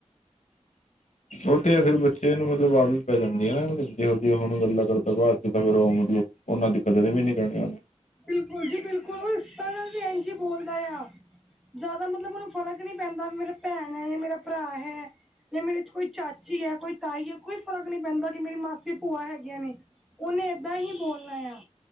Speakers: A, on the left; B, in the centre.
A: ਉਹ ਤੇ ਆ ਫਿਰ ਬੱਚੇ ਨੂੰ ਮਤਲਬ ਵਾ ਪੈ ਜਾਂਦੀਆਂ ਨਾ ਜਿਹੋ ਜਿਹੀ ਹੁਣ ਗੱਲਾਂ ਕਰਦਾ ਬਾਅਦ ਚ ਤਾਂ ਫਿਰ ਉਹ ਮਤਲਬ ਉਹਨਾਂ ਦੀ ਕਦਰਤ ਵੀ ਨੀ ਰੈਣੀ ਹੋਣੀ
B: ਬਿਲਕੁਲ ਜੀ ਬਿਲਕੁਲ ਸਾਲਾ ਭੈਣ ਜੀ ਬੋਲਦਾ ਆ ਜਾਦਾ ਮਤਲਬ ਔਨੂੰ ਫਰਕ ਨੀ ਪੈਂਦਾ ਵੀ ਮੇਰਾ ਭੈਣ ਹੈ ਯਾ ਮੇਰਾ ਭਰਾ ਹੈ। ਏਹ ਮੇਰੇ ਚ ਕੋਈ ਚਾਚੀ ਹੈ, ਕੋਈ ਤਾਈ ਹੈ ਕੋਈ ਫ਼ਰਕ ਨੀ ਪੈਂਦਾ ਕਿ ਮੇਰੀ ਮਾਸੀ ਭੂਆ ਹੈਗੀਆਂ ਨੇ। ਉਨੇ ਏਦਾਂ ਹੀ ਬੋਲਣਾ ਆ